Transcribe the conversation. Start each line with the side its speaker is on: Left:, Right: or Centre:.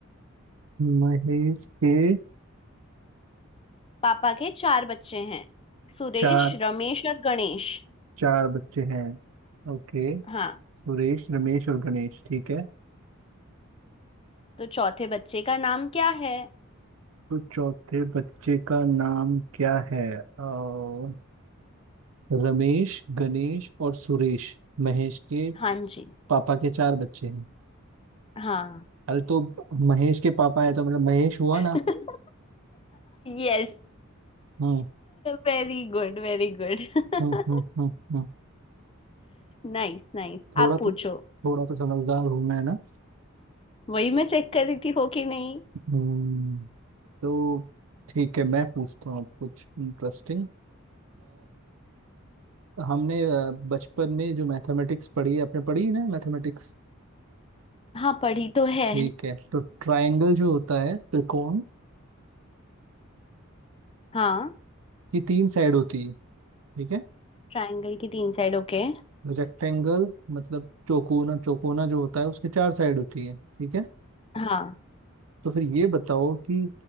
Right: महेश के
Left: पापा के चार बच्चे हैं सुरेश
Right: चार
Left: रमेश और गणेश
Right: चार बच्चे हैं ओके
Left: हाँ
Right: सुरेश रमेश और गणेश ठीक है
Left: तो चौथे बच्चे का नाम क्या है
Right: तो चौथे बच्चे का नाम क्या है अ, रमेश गणेश और सुरेश महेश के
Left: हाँ जी
Right: पापा के चार बच्चे हैं
Left: हाँ
Right: अरे तो महेश के पापा है तो मतलब महेश हुआ ना
Left: <laughs> yes
Right: हम्म
Left: Very good very good
Right: हम्म हम्म हम्म हम्म।
Left: Nice nice <laughs>
Right: थोड़ा
Left: आप पूछो
Right: तो थोड़ा तो समझदार हूँ मैं ना
Left: वही मैं चेक कर रही थी हो कि नहीं
Right: हम्म तो ठीक है मैं पूछता हूँ अब कुछ इंटरेस्टिंग हमने अ, बचपन में जो मैथमेटिक्स पढ़ी है आपने पढ़ी है ना मैथमेटिक्स
Left: हाँ पढ़ी तो है
Right: ठीक है तो ट्रायंगल जो होता है त्रिकोण
Left: हाँ
Right: की तीन साइड होती है ठीक है
Left: ट्रायंगल की तीन साइड ओके
Right: रेक्टेंगल मतलब चौकोना चौकोना जो होता है उसके चार साइड होती है ठीक है
Left: हाँ
Right: तो फिर ये बताओ कि